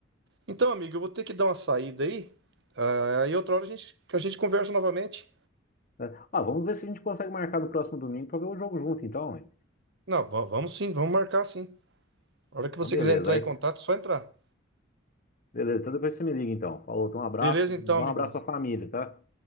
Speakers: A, on the right; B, on the left.
A: Então, amigo, eu vou ter que dar uma saída aí. Ah, Aí outra hora a gente, que a gente conversa novamente.
B: É, Ah, vamos ver se a gente consegue marcar no próximo domingo pra ver o jogo junto, então. hein?
A: Não, va- vamos sim, vamos marcar sim. A hora que
B: Então,
A: você
B: beleza.
A: quiser entrar
B: aí-
A: em contato, é só entrar.
B: Beleza, então depois você me liga, então. Falou, então um abraço,
A: Beleza, então,
B: dá
A: amigão.
B: um abraço pra família, tá?